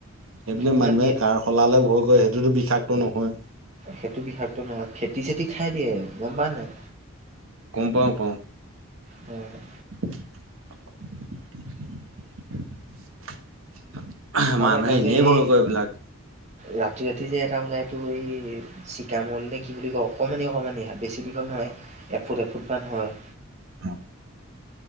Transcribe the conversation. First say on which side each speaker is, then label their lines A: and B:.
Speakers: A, on the right; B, on the right.
A: সেইপিনে
B: মানে
A: মানুহে
B: ফে
A: কাৰশলালে ভয় কৰে সেইটোতো বিষাক্ত নহয়
B: সেইটো বিষাক্ত নহয় ফেটি চেটি খাই দিয়ে গম পাৱ নাই
A: গম পাও পাও
B: উম
A: <unintelligible>
B: আৰু
A: মানুহে
B: এটা
A: এনেই
B: যে
A: ভয়
B: এই
A: কৰে এইবিলাক
B: ৰাতি ৰাতি যে এটা ওলাই এইটো এই চিকামল নে কি বুলি কয় অকণমানি অকণমানি সাপ বে ছি দীঘল নহয় এফুট এফুট মান হয়।
A: অ